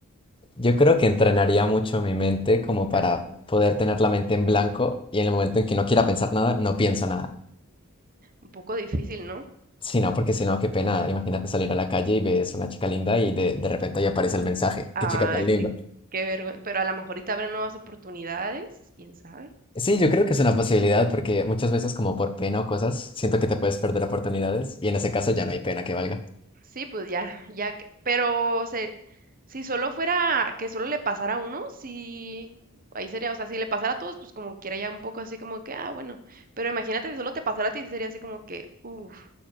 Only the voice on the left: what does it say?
yo creo que entrenaría mucho mi mente como para
poder tener la mente en blanco y en el momento en que no quiera pensar nada, no pienso nada.
Si no, porque si no, qué pena. Imagínate salir a la calle y ves una chica linda y de, de repente ahí aparece el mensaje.
Qué chica tan linda.
Sí, yo creo que es una posibilidad porque muchas veces como por pena o cosas, siento que te puedes perder oportunidades y en ese caso ya no hay pena que valga.